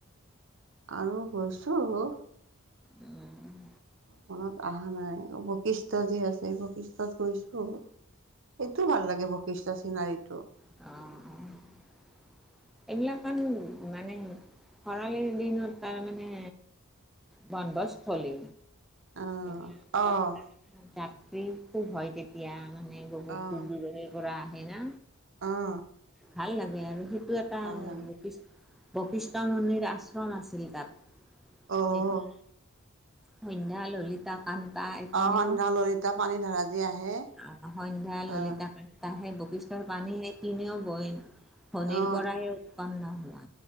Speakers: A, on the right; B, in the centre.
A: আৰু গৈছোঁ
B: উম,
A: মনত অহা নাই। অ, বৈশিষ্ট যি আছে এই বশিষ্ঠত গৈছো এইটো ভাল লাগে বশিষ্ট চিনাৰীটো।
B: অ', অ'। এইবিলাকখন মানে খৰালিৰ দিনত তাৰ মানে বনভোজস্থলী,
A: অ'
B: এইবিলাক তাতে
A: অ'
B: যাত্ৰী খুব হয় তেত তিয়া মানে বহুত
A: অ'
B: দূৰ দূৰণিৰ পৰা আহে না
A: অ'
B: ভাল লাগে আৰু সেইটো এটা
A: ভাল লাগে
B: বশিষ বশিষ্ঠ মন্দিৰ আশ্ৰম আছিল তাত।
A: অ'
B: সেইখন সন্ধ্যা, ললিত তা, কান্তা এই তিনেও
A: অ' সন্ধ্যা ললিতা পানী ধাৰা যে আহে
B: অ' সন্ধ্যা, ললিতা
A: অ'
B: কান্তা সেই বশিষ্টৰ পানী সেই বৈন ভনীৰ
A: অ'
B: পৰাই উৎপন্ন হোৱা।